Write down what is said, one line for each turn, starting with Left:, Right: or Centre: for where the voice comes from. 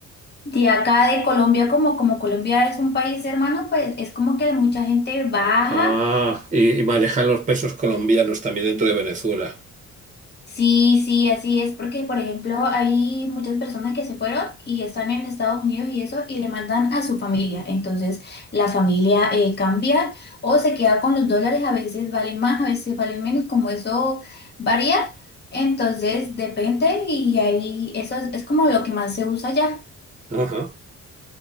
Left: De acá de Colombia, como, como Colombia es un país hermano, pues es como que mucha gente baja.
Right: Ah, y, y manejan los pesos colombianos también dentro de Venezuela.
Left: Sí, sí, así es, porque por ejemplo hay muchas personas que se fueron y están en Estados Unidos y eso y le mandan a su familia, entonces la familia eh, cambia o se queda con los dólares, a veces valen más, a veces valen menos, como eso varía, entonces depende y ahí eso es, es como lo que más se usa allá.
Right: Ajá.